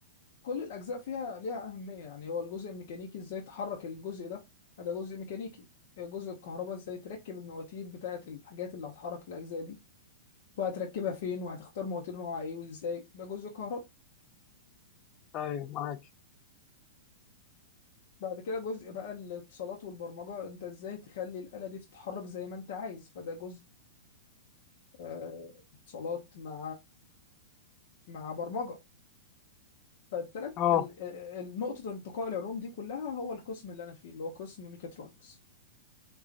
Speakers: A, on the left (about 60°); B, on the left (about 35°).
A: كل الأجزاء فيها ليها أهمية يعني هو الجزء الميكانيكي إزاي تحرك الجزء ده ده جزء ميكانيكي جزء الكهرباء إزاي تركب المواتير بتاعة الحاجات اللي هتحرك الأجزاء دي وهتركبها فين وهتختار مواتير نوعها إيه وإزاي ده جزء كهرباء
B: أيوه معاك
A: بعد كده جزء بقى الاتصالات والبرمجة أنت إزاي تخلي الآلة دي تتحرك زي ما أنت عايز فده جزء آه، اتصالات مع مع برمجة فالتلات
B: أه
A: ال- ال- نقطة التقاء العلوم دي كلها هو القسم اللي أنا فيه اللي هو قسم ميكاترونكس